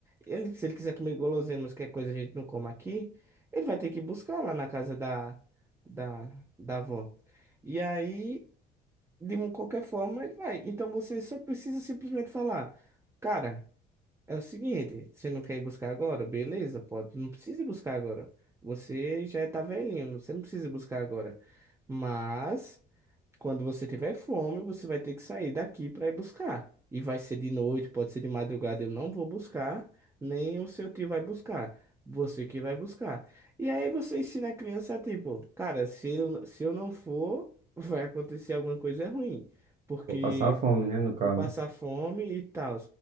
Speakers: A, on the right; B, on the right.
A: ele, se ele quiser comer guloseimas, que é coisa que a gente não come aqui, ele vai ter que buscar lá na casa da, da, da avó. E aí de um- qualquer forma ele vai. Então você só precisa simplesmente falar, cara, é o seguinte, você não quer ir buscar agora? Beleza, pode, não precisa ir buscar agora. Você já tá velhinho, você não precisa ir buscar agora. Mas quando você tiver fome, você vai ter que sair daqui para ir buscar. E vai ser de noite, pode ser de madrugada, eu não vou buscar, nem o seu tio vai buscar. Você que vai buscar. E aí você ensina a criança, tipo, cara, se eu, se eu não for, <laughs> vai acontecer alguma coisa ruim, porque
B: vou passar fome, né, no caso.
A: vou passar fome e tal.